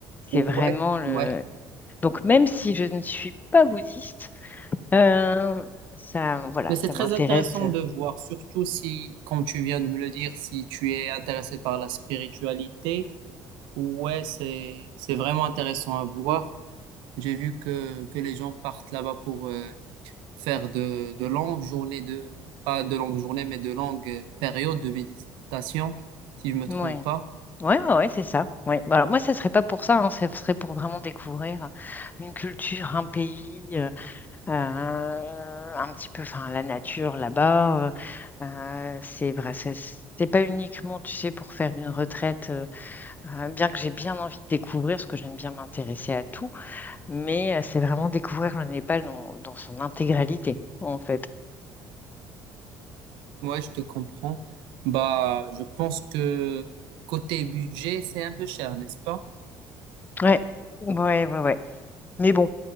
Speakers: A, on the right; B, on the left.
A: Ouais,
B: C'est vraiment le...
A: ouais.
B: Donc, même si je ne suis pas bouddhiste, euh, ça, voilà,
A: Mais c'est
B: ça
A: très
B: m'intéresse.
A: intéressant de voir, surtout si, comme tu viens de me le dire, si tu es intéressé par la spiritualité, ouais, c'est, c'est vraiment intéressant à voir. J'ai vu que, que les gens partent là-bas pour, euh, faire de, de longues journées de, pas de longues journées, mais de longues périodes de méditation, si je me
B: Oui,
A: trompe
B: ouais,
A: pas.
B: ouais, ouais, ouais, c'est ça. Ouais. Bah, alors, moi, ça serait pas pour ça, hein, ça serait pour vraiment découvrir une culture, un pays. euh, euh, un petit peu, enfin, la nature là-bas. euh, euh, c'est vrai, c'est c'est pas uniquement, tu sais, pour faire une retraite, euh, euh, bien que j'ai bien envie de découvrir, parce que j'aime bien m'intéresser à tout, mais euh, c'est vraiment découvrir le Népal dans, dans son intégralité, en fait.
A: Ouais, je te comprends. Bah, je pense que côté budget, c'est un peu cher, n'est-ce pas?
B: Ouais, ouais, ouais, ouais. Mais bon,